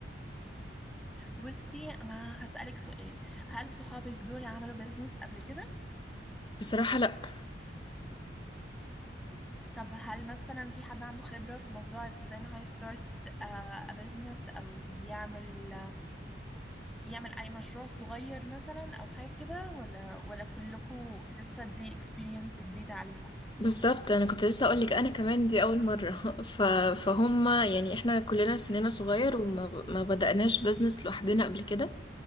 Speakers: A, in the centre; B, on the left.
A: بصي انا هسألك سؤال هل صحابك دول عملوا بيزنس قبل كده
B: بصراحة لأ
A: طب هل مثلا في حد عنده خبرة في موضوع ازاي ان هو يستارت بزنس او يعمل يعمل اي مشروع صغير مثلا او حاجة كده ولا ولا كلكم لسه دي اكسبيرينس جديدة عليكم
B: بالظبط أنا كنت لسه أقولك أنا كمان دي أول مرة <laughs> ف... فهم يعني إحنا كلنا سننا صغير
A: <laughs>
B: وما ب... ما بدأناش بيزنس لوحدنا قبل كده